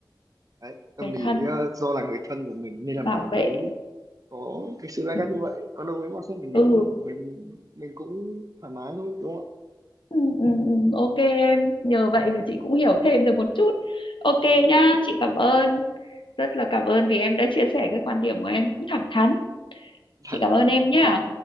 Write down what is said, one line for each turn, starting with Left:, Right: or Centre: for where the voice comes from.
Right: đấy, tâm
Left: người
Right: lý
Left: thân
Right: ờ, do là người thân của mình nên
Left: bảo
Right: là mình
Left: vệ
Right: mới có cái sự gay
Left: ừ.
Right: gắt như vậy còn đâu nếu mà không phải người
Left: ừ
Right: thân của mình mình cũng thoải mái thôi đúng không
Left: Ừ, ừ, ừ, ok em nhờ vậy mà chị cũng hiểu thêm được một chút ok nhá chị cảm ơn rất là cảm ơn vì em đã chia sẻ cái quan điểm của em cũng thẳng thắn
Right: ạ
Left: chị cảm
Right: dạ,
Left: ơn em nhá